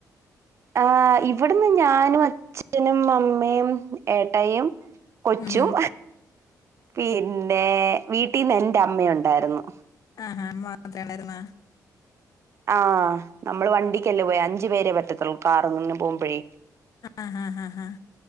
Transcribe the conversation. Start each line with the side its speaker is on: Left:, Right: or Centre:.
Right: ആ ഇവിടുന്ന് ഞാനും അച്ഛനും അമ്മയും ഏട്ടയും കൊച്ചും
Left: ഉം
Right: പിന്നെ വീട്ടിൽന്ന് എറെ അമ്മയ ഉണ്ടായിരുന്നു
Left: ആഹാ മാത്രേണായിരുന്ന
Right: ആഹ് നമ്മള് വണ്ടിക്കല്ലേ പോയാ അഞ്ചു പേരെ പറ്റത്തുള്ളൂ കാറും കൊണ്ട് പോകുമ്പോഴേ
Left: ആഹ് ആഹ് ആഹ് ആഹ